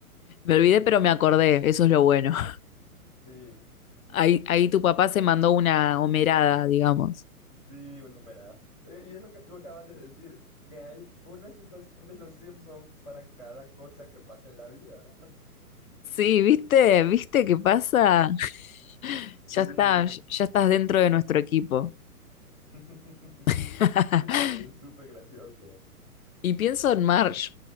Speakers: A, on the left; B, in the centre.
A: Me olvidé, pero me acordé, eso es lo bueno. <laughs>
B: <laughs> Sí.
A: Ahí, ahí tu papá se mandó una homerada, digamos.
B: Sí, un numerado. Eh, y es lo que tú acabas de decir, que hay una situación de los Simpson para cada cosa que pasa en la vida.
A: Sí, ¿viste? ¿Viste qué pasa? <laughs>
B: Sí,
A: Ya está, ya estás dentro de nuestro equipo.
B: <laughs>
A: <laughs>
B: sí, súper gracioso.
A: Y pienso en Marge.